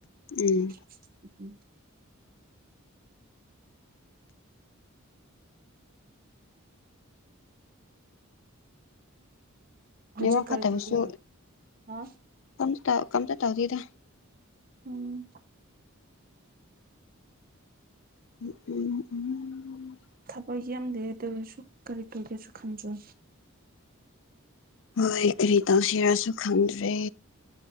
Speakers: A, on the left; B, on the right.
A: ꯎꯝ
B: <inaudible> ꯍꯧꯖꯤꯛ
A: ꯅꯦꯠꯋꯥꯛ
B: ꯀꯔꯤ
A: ꯐꯠꯇꯕꯁꯨ
B: ꯇꯒꯦꯅꯣ ꯍꯥ
A: ꯀꯝꯇ ꯀꯝꯇ ꯇꯧꯗꯦꯗ
B: ꯎꯝ
A: <inaudible>
B: ꯍꯣꯏ ꯌꯥꯝꯗꯦ ꯑꯗꯨꯑꯣꯢꯔꯁꯨ ꯀꯔꯤ ꯇꯧꯒꯦꯁꯨ ꯈꯟꯗ꯭ꯔꯦ
A: ꯍꯣꯏ ꯀꯔꯤ ꯇꯧꯁꯤꯔꯁꯨ ꯈꯪꯗ꯭ꯔꯦ